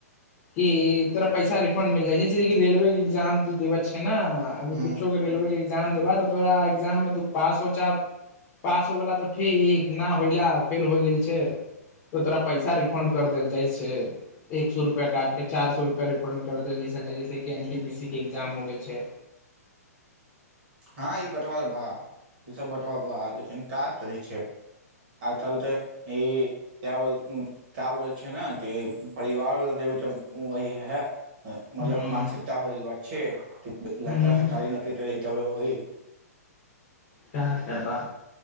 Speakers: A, on the left; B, on the right.
A: कि तोरा पैसा रिफंड मिल जाइ जैस रेलवे के एग्जाम तू देबे छे ने अभी
B: हूं
A: कुछोे के रेलवे के एग्जाम देबय त तोरा एग्जाम में पास हो जेबय हो गेला त ठीक ना हौएला फेल हो गेल छै तोरा पैसा रिफंड कर देल जाइ छै एक सौ रुपया काटी के चार सौ रुपया रिफंड कर देल जाय छय जैसे कि एन टी पी सी के एग्जाम हो गेल छै
B: हँ ई बँतवा बा ईसभ बँतवा बहा लेकिन ई सभ का कही छीये आ चल तऽ ई क्या बोल क्या बोलै छियै ने परिवारवला देबै तऽ वही है मतलब
A: हूँ
B: मानसिकता होइल बा छे लड़का
A: हूँ
B: सरकारी नौकरी करि तभे होइ
A: का करबा